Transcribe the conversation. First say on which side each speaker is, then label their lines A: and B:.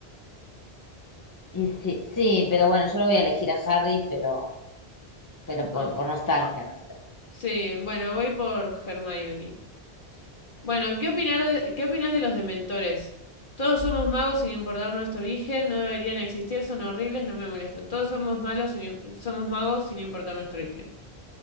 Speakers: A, on the left; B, on the left.
A: Y sí, sí, pero bueno, yo lo voy a elegir a Harry, pero, pero
B: No.
A: por, por nostalgia, no sé.
B: Sí, bueno, voy por Hermione. Bueno, ¿qué opinar de- qué opinas de los dementores? Todos somos magos sin importar nuestro origen, no deberían existir, son horribles, no me molestan. Todos somos malos sin- somos magos sin importar nuestro origen.